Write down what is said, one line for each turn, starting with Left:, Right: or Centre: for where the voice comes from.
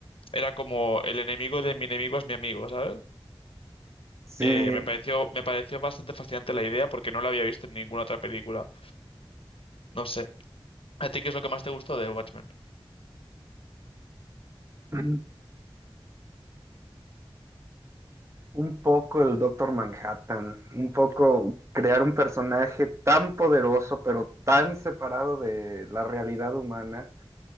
Left: Era como el enemigo de mi enemigo es mi amigo, ¿sabes?
Right: Sí,
Left: Eh, me pareció, me pareció bastante fascinante la idea porque no la había visto en ninguna otra película. No sé. ¿A ti qué es lo que más te gustó de Watchmen?
Right: <clears throat> un poco el Doctor Manhattan, un poco crear un personaje tan poderoso, pero tan separado de la realidad humana.